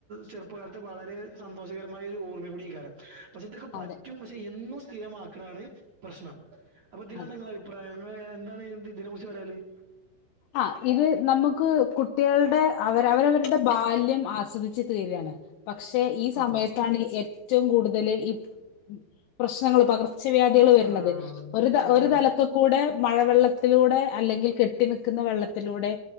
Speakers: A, on the right (about 65°); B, on the left (about 85°).
A: ചെറുപ്പകാലത്ത് വളരെ സന്തോഷകരമായ ഒരു ഓർമ്മ കൂടിയ്കാരം. പക്ഷെ ഇതൊക്കെ പറ്റും.
B: അതെ
A: പക്ഷെ എന്നും സ്ഥിരമാക്കണാണ് പ്രശ്നം അപ്പൊ തിലെങ്ങളെ
B: അതെ
A: അഭിപ്രായം. ങ്ങളെ എന്താണ് തിനെകുറിച്ച് പറനുള്ളത്.
B: ആ ഇത് നമുക്ക് കുട്ടികൾടെ അവർ അവരവരുടെ ബാല്യം ആസ്വദി ച്ച് തീരാണ്. പക്ഷെ ഈ
A: ആ
B: സമയത്താണ് ഏറ്റ റ്റവും കൂടുതൽ ഈ പ്രശ്നങ്ങൾ പകർ കർചവ്യാധികൾ വര്ന്നത്.
A: ആ
B: ഒരു
A: ആണാണാണ്
B: ഒരു തലത്ത് കൂടെ മഴവെള്ളത്തിലൂടെ അല്ലങ്കിൽ കെട്ടിനിക്ക് ന്ന വെള്ളത്തിലൂടെ